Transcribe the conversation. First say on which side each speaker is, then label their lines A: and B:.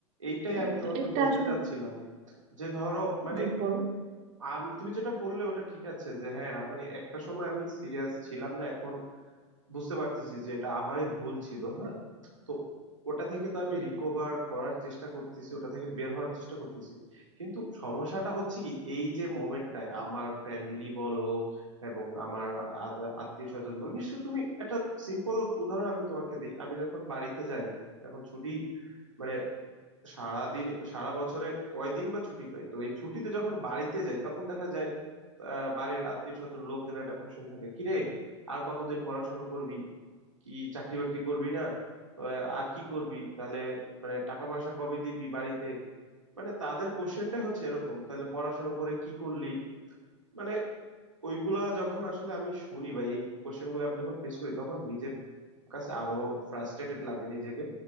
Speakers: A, on the right; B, on the right.
A: এইটাই
B: হ্যাঁ
A: আমি তোমাকে
B: তো এটা
A: বলতে
B: আসলে
A: চাচ্ছিলাম যে ধরো মানে
B: জি বলো
A: আমি তুমি যেটা বললে ওটা ঠিক আছে যে হ্যাঁ মানে একটা সময় আমি সিরিয়াস ছিলাম না এখন বুঝতে পারতেছি যে এটা আমারই ভুল ছিল হ্যাঁ তো ওটা থেকে তো আমি রিকভার করার চেষ্টা করতেছি ওটা থেকে বের হওয়ার চেষ্টা করতেছি কিন্তু সমস্যাটা হচ্ছে কি এই যে মোমেন্টটায় আমার ফ্যামিলি বলো এবং আমার আত্মীয় স্বজন বলো বিশেষ করে তুমি একটা সিম্পল উদাহরণ আমি তোমাকে দিই আমি যখন বাড়িতে যাই এখন ছুটি মানে সারা দিন সারা বছরে কয়দিন বা ছুটি পাই তো এই ছুটিতে যখন বাড়িতে যাই তখন দেখা যায় আহ, বাড়ির আত্মীয় স্বজন লোকজনের একটা কোশ্চেন থাকে কিরে আর কতদিন পড়াশোনা করবি কি চাকরি বাকরি করবি না তো আর কি করবি তাহলে মানে টাকা পয়সা কবে দিবি বাড়িতে মানে তাদের কোশ্চেনটাই হচ্ছে এরকম তাহলে পড়াশোনা করে কি করলি মানে ওইগুলা যখন আসলে আমি শুনি বা এই কোশ্চেন গুলো আমি যখন ফেস করি তখন নিজের কাছে আরো ফ্রাস্ট্রেটেড লাগে নিজেকে